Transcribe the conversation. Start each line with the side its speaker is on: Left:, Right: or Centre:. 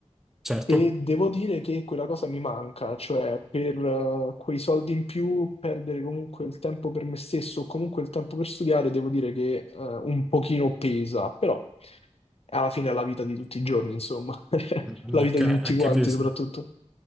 Centre: Certo.
Left: E devo dire che quella cosa mi manca, cioè per eh, quei soldi in più perdere comunque il tempo per me stesso o comunque il tempo per studiare, devo dire che eh, un pochino pesa, però alla fine è la vita di tutti i giorni, insomma, <laughs>
Centre: A
Left: la
Centre: me
Left: vita
Centre: ca-
Left: di tutti quanti
Centre: capita.
Left: soprattutto.